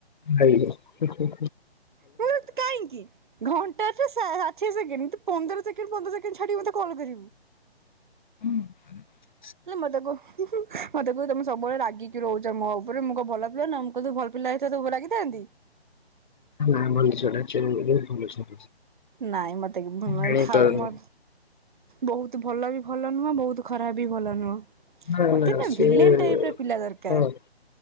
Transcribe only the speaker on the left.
ଭାଇରେ ହେ ହେ
ହୁଁ
ନାଇଁ ଭଲ ଛୁଆଟାଏ। ଚିହ୍ନିଲି ଯେ ଭଲ ଛୁଆ।
ଜାଣିପାରୁନି
ନା
ନା ସିଏ
ହଁ